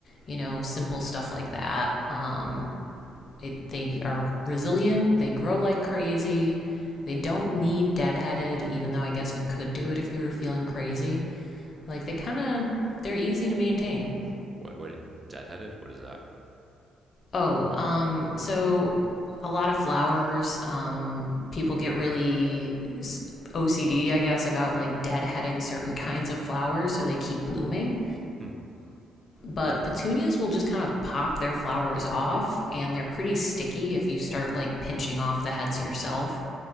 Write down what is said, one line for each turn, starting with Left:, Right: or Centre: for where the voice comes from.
Left: you know, simple stuff like that. Um, it, they are resilient, they grow like crazy. They don't need deadheaded, even though I guess you could do it if you were feeling crazy. Like they kind of, they're easy to maintain.
Right: What what deadheaded? What is that?
Left: Oh, um, so a lot of flowers. Um, people get really s- OCD, I guess, about like deadheading certain kinds of flowers so they keep blooming.
Right: Hmm.
Left: But petunias will just kind of pop their flowers off, and they're pretty sticky if you start like pinching off the heads yourself.